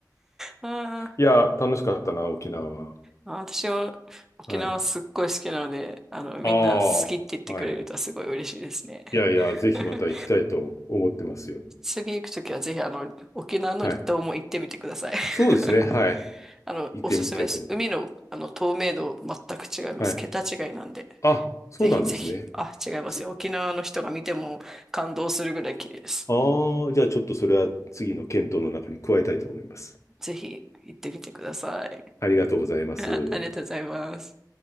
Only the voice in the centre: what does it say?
あー
あー、私も沖縄すっごい好きなので、
あの、みんな好きって言ってくれるとすごい嬉しいですね。
<laughs> 次行くときはぜひ、あの、沖縄の離島も行ってみてください。
<laughs>
あの、
おすすめです。海の、あの透明度全く違います。
桁違いなんで。
ぜひぜひ。あ、違いますよ。
沖縄の人が見ても感動するぐらい綺麗です。
ぜひ行ってみてください。
<laughs> ありがとうございます。